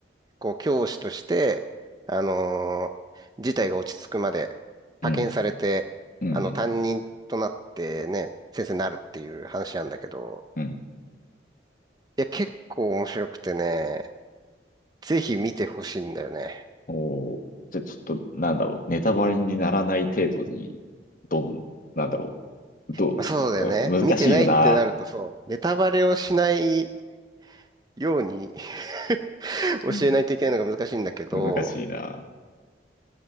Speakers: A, on the right (about 20°); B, on the left (about 45°).
A: こう、教師として、あのー事態が落ち着くまで派遣されて、
B: うん。うん。
A: あの、担任となってね、先生になるっていう話なんだけど、
B: うん。
A: いや、結構面白くてね、ぜひ見てほしいんだよね。
B: おう。じゃ、ちょっと、なんだろう。ネタバレにならない程度に、どん、なんだろう。どう、
A: まあ、そうだよね。
B: どう難しいよな。
A: 見てないってなるとそう、ネタバレをしないように <laughs> 教えないといけないのが難しいんだけど、
B: うん難しいな。